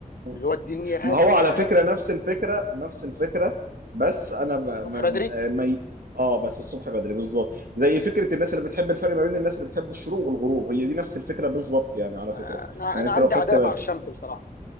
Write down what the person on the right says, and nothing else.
مم.
ما
هو على فكره نفس الفكره نفس الفكره بس انا ب... ما...
ما... ي- اه بس الصبح بدري بالظبط زي فكره الناس اللي بتحب الفرق ما بين الناس اللي بتحب الشروق والغروب هي دي نفس الفكره بالظبط يعني على
فكره
يعني
انت
لو خدت
بالك